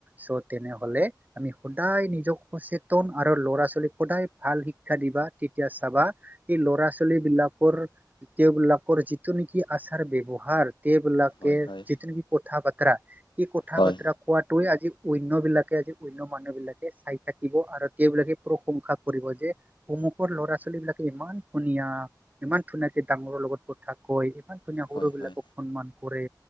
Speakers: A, on the right; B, on the left.
A: চ তেনেহলে আমি সদায় নিজক সচেতন আৰু ল'ৰা ছোৱালীক সদায় ভাল শিক্ষা দিবা তেতিয়া চাবা সেই ল'ৰা ছোৱালী বিলাক তেওঁবিলাকৰ যিটো নেকি আচাৰ ব্যৱহাৰ তেওঁবিলাকে
B: হয় হয়
A: যিদৰে কথা বতৰা এই কঠাক
B: হয়
A: পত্ৰা ক ত আজি অনন্য বিলাকে আজি অনন্য মানুহ বিলাকে চাই থাকিব আৰু তেওঁবলাকে প্ৰশংসা কৰিব যে উমুকৰ ল'ৰা ছোৱালী বিলাকে ইমান ধুনীয়া ইমান ধুনীয়াকে ডাঙৰৰ লগত কথা কয় ইমান ধুনীয়া সৰু
B: হয়
A: বিলাকক
B: হয়
A: সন্মান কৰে